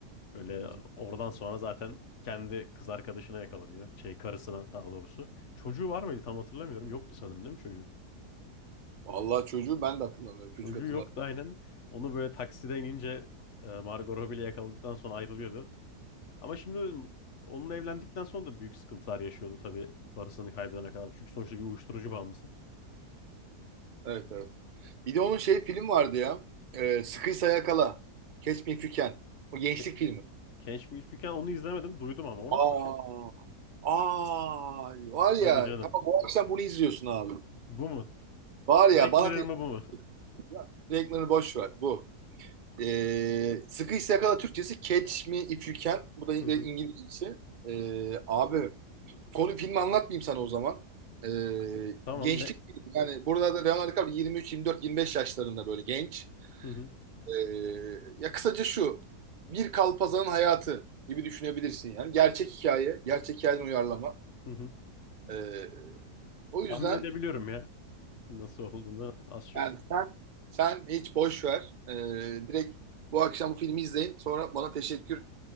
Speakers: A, on the left (about 55°); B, on the right (about 45°).
A: Böyle
B: Hı hı.
A: oradan sonra zaten kendi kız arkadaşına yakalanıyor. Şey karısına daha doğrusu. Çocuğu var mıydı tam hatırlamıyorum. Yoktu sanırım değil mi çocuğu?
B: Vallahi çocuğu ben de hatırlamıyorum. Çocuk
A: Çocuğu
B: hatırlamıyorum.
A: yoktu aynen. Onu böyle taksiden inince e, Margot Robbie ile yakaladıktan sonra ayrılıyordu. Ama şimdi onunla evlendikten sonra da büyük sıkıntılar yaşıyordu tabii parasını kaybedene kadar. Çünkü sonuçta bir uyuşturucu bağımlısı.
B: Evet evet. Bir de onun şey film vardı ya. E, Sıkıysa Yakala. Catch Me If You Can. O gençlik
A: Ke
B: filmi.
A: Catch Me If You Can onu izlemedim. Duydum ama o nasıl
B: Aa.
A: bir şey?
B: Aa. Var ya.
A: Hadi canım.
B: Tamam bu akşam bunu izliyorsun abi.
A: Bu mu?
B: Var ya
A: Black
B: bana
A: Mirror
B: tek...
A: mı bu mu?
B: ya, Renklerini boş ver. Bu. E, Sıkıysa Yakala Türkçesi Catch Me If You Can. Bu da İng-
A: <laughs> Hı hı.
B: İngilizcesi. E, abi. Konu filmi anlatmayayım sana o zaman. E,
A: Tamam
B: gençlik
A: ne?
B: yani burada da Leonardo DiCaprio 23, 24, 25 yaşlarında böyle genç.
A: Hı hı.
B: Ee, ya kısaca şu. Bir kalpazanın hayatı gibi düşünebilirsin yani. Gerçek hikaye, gerçek hikayeden uyarlama.
A: Hı hı.
B: Ee, o
A: Tahmin
B: yüzden
A: edebiliyorum ya. Nasıl olduğunu az çok.
B: yani sen sen hiç boş ver. Ee, direkt bu akşam bu filmi izleyin. Sonra bana teşekkür